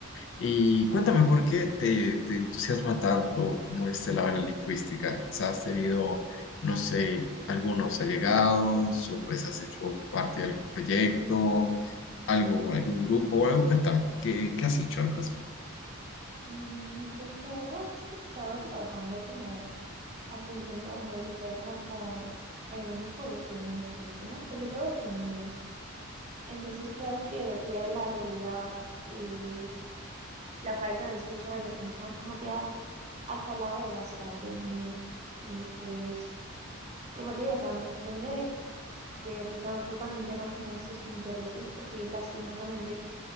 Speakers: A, on the left; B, on the right.
A: Y cuéntame por qué te, te entusiasma tanto como este la área lingüística. O sea, ¿Has tenido, no sé, algunos allegados o pues has hecho parte de algún proyecto, algo, algún grupo o algo? Cuéntame, ¿qué, qué has hecho al respecto?
B: Mm, Pues la verdad es que he estado trabajando como hace un tiempo muy de cerca con algunas poblaciones indígenas, sobre todo con niños. Entonces creo que ver la realidad y la falta de escucha de los mismos como que ha, ha calado bastante en mí y pues, como te digo, o sea, me sorprende que tú, ta- tú también tengas como esos intereses porque lastimosamente